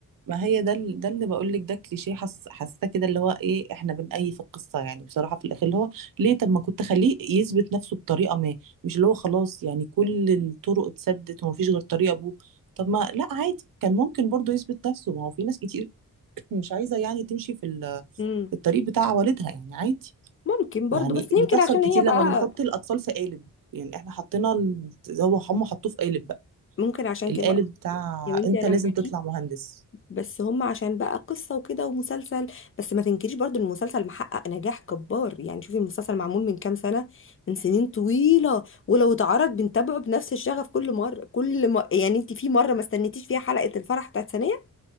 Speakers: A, on the right (about 70°); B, on the left (about 35°).
A: ما هي ده ال- ده اللي بقول لك ده كليشيه حس حاسه كده اللي هو ايه احنا بنأيف القصه يعني بصراحه في الاخر اللي هو ليه طب ما كنت خليه يثبت نفسه بطريقه ما مش اللي هو خلاص يعني كل الطرق اتسدت ومفيش غير طريقه ابوه طب ما لا عادي كان ممكن برضه يثبت نفسه ما هو في ناس كتير <coughs> <clears throat> مش عايزه يعني تمشي في ال-
B: امم
A: الطريق بتاع والدها يعني عادي
B: ممكن برضو
A: يعني
B: بس يمكن
A: بتحصل
B: عشان
A: كتير
B: هي بقى
A: لما بنحط الاطفال في قالب يعني احنا حطينا ال- هو هم حطوه في قالب بقى
B: ممكن عشان
A: القالب
B: كده بقى
A: بتاع
B: يا بنتي
A: انت
B: انا
A: لازم
B: معاكي
A: تطلع مهندس
B: بس هم عشان بقى قصة وكده ومسلسل بس ما تنكريش برضو إن المسلسل محقق نجاح كبار يعني شوفي المسلسل معمول من كام سنة من سنين طويلة ولو اتعرض بنتابعه بنفس الشغف كل مرة كل مرة يعني انت في مرة ما استنيتيش فيها حلقة الفرح بتاعت ثانية